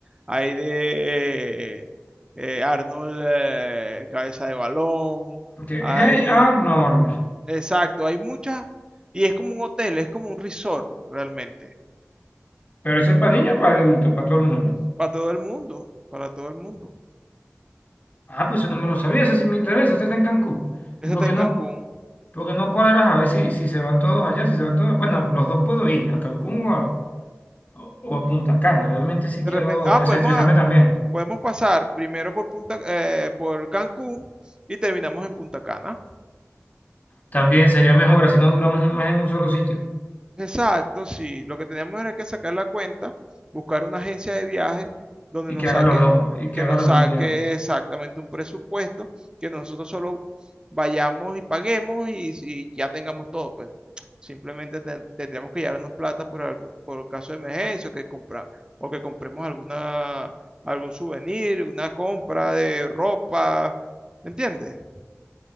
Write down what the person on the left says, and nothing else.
Que-
Hey Arnold.
Pero ese es para niños, para adultos, para todo el mundo.
Ah, pues eso no me lo sabía, ese sí me interesa, ese está en Cancún.
¿Y por
qué
no,
por qué no cuadras a ver si, si se van todos allá, si se van todos? Bueno, los dos puedo ir, a Cancún o a, o- o a Punta Cana. Realmente sí
quiero
desestresarme
también.
También sería mejor, así no duramos un mes en un solo sitio
y
que haga
los dos, y
que haga
los
dos viajes.